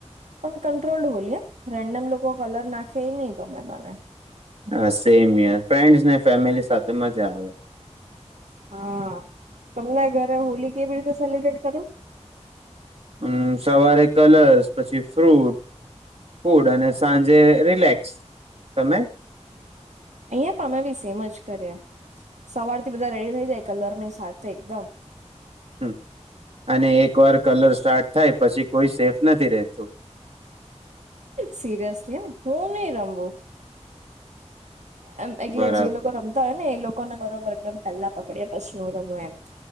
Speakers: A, on the right (about 75°); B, on the right (about 55°).
A: પણ કટ્રોલ્ડ હોલીય રેન્ડમ લોકો કલર નાખે એ નહી ગમે મને
B: હ સેમ હિયર ફ્રેન્ડને ફેમિલી સાથે મજા આવે.
A: હા તમને ઘરે હોલી કેવી રીતે સેલિબ્રેટ કરો?
B: હમ સવારે કલર્સ પછી ફ્રૂટ ફૂડ અને સાંજે રિલેક્સ તમે
A: અહીયા પણ અમે બી સેમ જ કરીએ સવારથી બધા રેડી થઈ જાય કલરની સાથે એકદમ
B: હમ અને એક વાર કલર સ્ટાર્ટ થાય પછી કોઈ સેફ નથી રેતું.
A: સિરિયસલી હું નહી રમું. એમ એકલે
B: બરાબર
A: જે લોકો રમતા હોય ને એ લોકો ને બરોબર એકદમ પેલ્લા પકડી પછી શું રમું એમ.